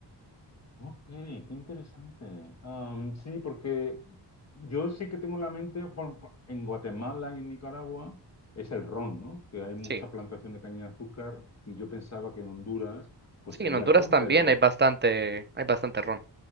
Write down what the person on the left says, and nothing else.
ok, qué interesante. Am, sí, porque yo sí que tengo en la mente, bueno, por- en Guatemala y en Nicaragua es el ron, ¿no? Que hay mucha
plantación de caña de azúcar y yo pensaba que en Honduras pues
sería
el ron,
pero...